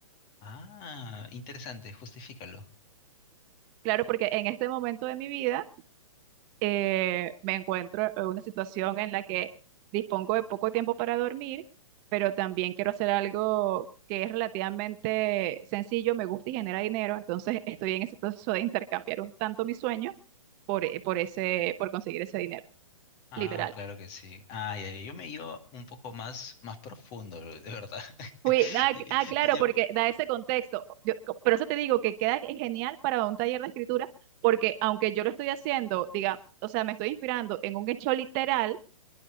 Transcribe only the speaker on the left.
Ah, interesante, justifícalo.
Ah,
claro que sí. Ah, ya, ya, yo me iba un poco más, más profundo, de verdad.
<laughs>
Y-
y- Yo,